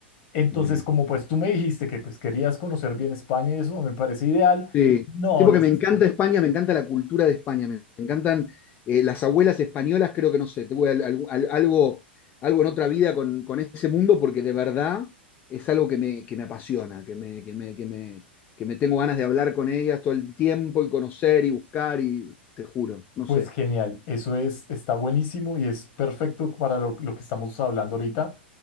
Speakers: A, on the left; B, on the left.
A: Entonces,
B: bien.
A: como pues tú me dijiste que pues querías conocer bien España y eso me parece ideal,
B: Sí,
A: no
B: sí, porque
A: necesitas.
B: me encanta España, me encanta la cultura de España, me, me encantan eh, las abuelas españolas, creo que no sé, tuve al- al- al- algo, algo en otra vida con, con ese mundo porque de verdad es algo que me, que me apasiona, que me, que me, que me, que me tengo ganas de hablar con ellas todo el tiempo y conocer y buscar y te juro, no
A: Pues
B: sé.
A: genial, eso es, está buenísimo y es perfecto para lo lo que estamos hablando ahorita.